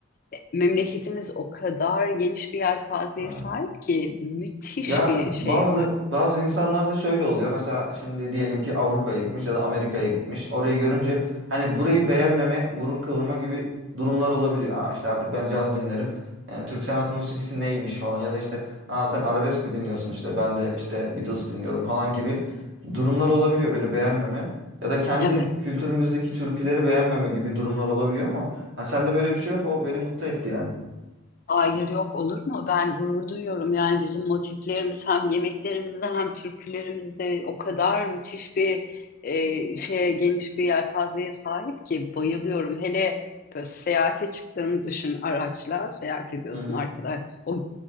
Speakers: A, on the left; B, on the right.
A: e, memleketimiz o kadar geniş bir yelpazeye
B: Ha.
A: sahip ki müthiş
B: Ya
A: bir
B: bazı
A: şey var.
B: bazı insanlarda şöyle oluyor. Mesela şimdi diyelim ki Avrupa'ya gitmiş ya da Amerika'ya gitmiş. Orayı görünce hani burayı beğenmeme, burun kıvırma gibi durumlar olabiliyor. Aa işte artık ben caz dinlerim. Yani Türk sanat musikisi neymiş falan ya da işte aa sen arabesk mi dinliyorsun işte ben de işte Beatles dinliyorum falan gibi durumlar olabiliyor böyle beğenmeme. Ya da kendi
A: Evet.
B: kültürümüzdeki türküleri beğenmeme gibi durumlar olabiliyor ama ha, sende böyle bir şey yok. O beni mutlu etti yani.
A: Hayır yok olur mu? Ben gurur duyuyorum. Yani bizim motiflerimiz hem yemeklerimizde hem türkülerimizde o kadar müthiş bir e, şeye geniş bir yelpazeye sahip ki bayılıyorum. Hele böyle seyahate çıktığını düşün araçla seyahat ediyorsun
B: Evet.
A: arkadaş. O